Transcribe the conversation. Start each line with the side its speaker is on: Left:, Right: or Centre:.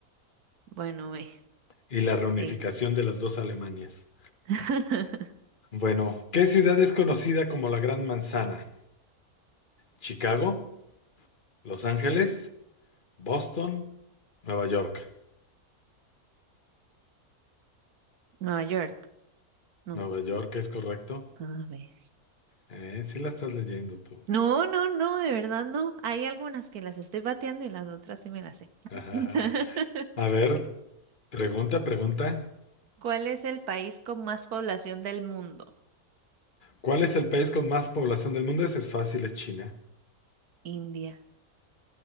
Right: bueno, ves.
Left: y la reunificación
Right: Sí.
Left: de las dos Alemanias.
Right: <laughs>
Left: Bueno, ¿qué ciudad es conocida como la Gran Manzana? Chicago, Los Ángeles, Boston, Nueva York.
Right: Nueva York. No.
Left: Nueva York es correcto.
Right: A ver.
Left: Eh, sí la estás leyendo tú.
Right: No, no, no, de verdad no. Hay algunas que las estoy bateando y las otras sí me las sé.
Left: <laughs>
Right: <laughs>
Left: A ver, pregunta, pregunta.
Right: ¿Cuál es el país con más población del mundo?
Left: ¿Cuál es el país con más población del mundo? Ese es fácil, es China.
Right: India.